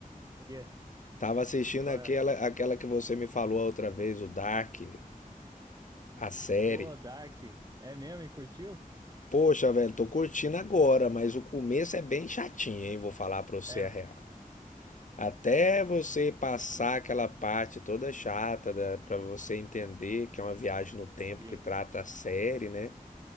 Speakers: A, on the right (about 25°); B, on the left (about 60°).
A: O quê?
B: Tava assistindo
A: Qual
B: aquela,
A: é?
B: aquela que você me falou a outra vez, o Dark, a série.
A: Ô, Dark, é mesmo? E curtiu?
B: Poxa, velho, tô curtindo agora, mas o começo é bem chatinho, hein? Vou falar pra você
A: É,
B: a real. Até você passar aquela parte toda chata, da, pra você entender que é uma viagem no tempo
A: <laughs> sim.
B: que trata a série, né?